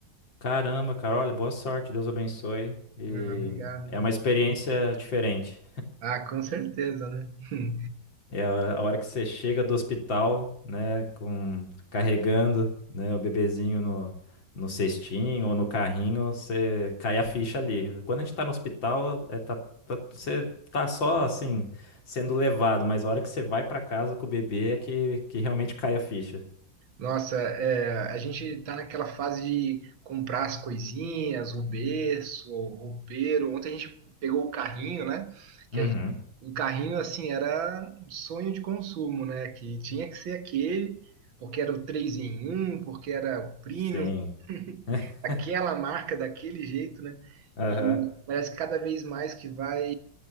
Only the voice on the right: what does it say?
Ah, obrigado.
Ah, com certeza, né? <laughs>
Nossa, é, a gente tá naquela fase de comprar as coisinhas, o berço, o roupeiro. Ontem a gente pegou o carrinho, né? Que
a gente- o carrinho, assim, era um sonho de consumo, né? Que tinha que ser aquele, porque era o 3 em um, porque era o premium,
aquela marca daquele jeito, né?
E parece que cada vez mais que vai